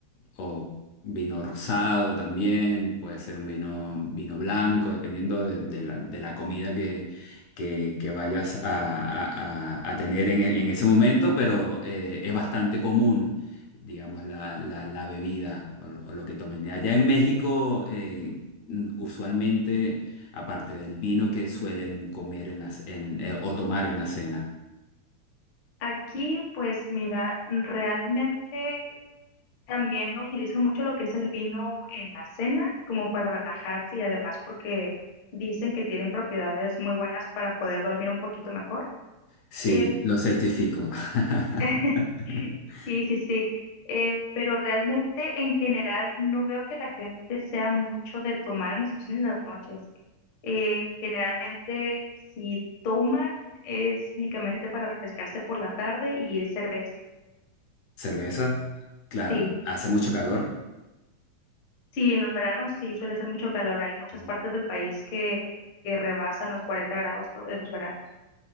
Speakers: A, on the left; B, on the left.
A: o vino rosado también, puede ser un vino, vino blanco, dependiendo de, de la, de la comida que, que- que vayas a, a- a- a tener en, en ese momento, pero eh, es bastante común. digamos, la, la- la bebida o, o lo que tomen. Allá en México, eh, mm, usualmente, aparte del vino que suelen comer en las, en, eh, o tomar en la cena.
B: Aquí, pues mira, realmente También utilizan mucho lo que es el vino en la cena, como para relajarse y además porque dicen que tienen propiedades muy buenas para poder dormir un poquito mejor.
A: Sí,
B: Eh,
A: lo certifico.
B: sí. <laughs>
A: <laughs>
B: Sí, sí, sí. Eh, pero realmente en general no veo que la gente sea mucho de tomar, en especial en las noches. Eh, generalmente si toman es únicamente para refrescarse por la tarde y es cerveza.
A: ¿Cerveza? Claro,
B: Sí.
A: hace mucho calor.
B: Sí, en los veranos sí suele ser mucho calor. Hay muchas
A: Ujú.
B: partes del país que, que rebasan los 40 grados lo- en los veranos.